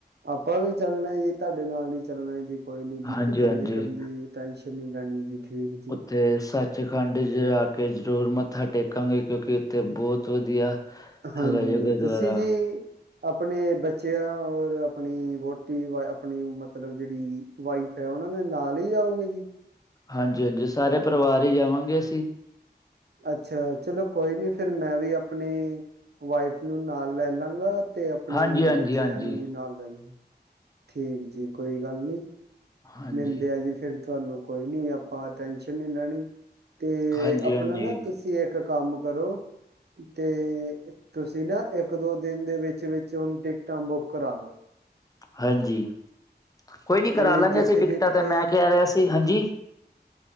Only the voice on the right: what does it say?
ਆਪਾਂ ਵੀ ਚੱਲਾਂਗੇ ਤੁਹਾਡੇ ਨਾਲ ਹੀ ਚੱਲਣਾ। ਕੋਈ ਨੀ ਜੀ
ਫਿਕਰ ਨੀ ਕਰਨੀ, ਟੈੈਂਸ਼ਨ ਨੀ ਲੈਣੀ ਜੀ, ਠੀਕ ਜੀ।
ਹਾਂਜੀ
ਤੁਸੀਂ ਜੀ। ਆਪਣੇ ਬੱਚਿਆਂ ਔਰ ਆਪਣੀ ਵੋਟੀ ਵਾ ਆਪਣੀ ਮਤਲਬ ਜਿਹੜੀ ਵਾਈਫ ਹੈ ਉਹਨਾ ਦੇ ਨਾਲ ਹੀ ਜਾਓਗੇ ਜੀ?
ਅੱਛਾ ਚਲੋ ਕੋਈ ਨੀ ਫੇਰ ਮੈਂ ਵੀ ਆਪਣੀ ਵਾਈਫ ਨੂੰ ਨਾਲ ਲੈ ਲਾਂਗਾ। ਤੇ ਆਪਣੇ
ਬੱਚਿਆਂ
ਨੂੰ
ਵੀ ਨਾਲ ਲੈਂਜਾਗਾ ਠੀਕ ਜੀ ਕੋਈ ਗੱਲ ਨੀ।
ਮਿਲਦੇ ਆ ਜੀ ਫੇਰ ਤੁਹਾਨੂੰ ਕੋਈ ਨੀ ਆਪਾਂ ਟੈਸ਼ਨ ਨੀ ਲੈਣੀ। ਤੇ
ਆਪਣਾ
ਨਾ ਤੁਸੀਂ ਇੱਕ ਕੰਮ ਕਰੋ। ਤੇ, ਤੁਸੀਂ ਨਾ ਇੱਕ- ਦੋ ਦਿਨ ਦੇ ਵਿੱਚ-ਵਿਚ ਹੁਣ ਟਿਕਟਾਂ ਬੁੱਕ ਕਰਾਲੋ।
ਤੇ
ਜਿੱਥੇ
ਜਿੱਥੇ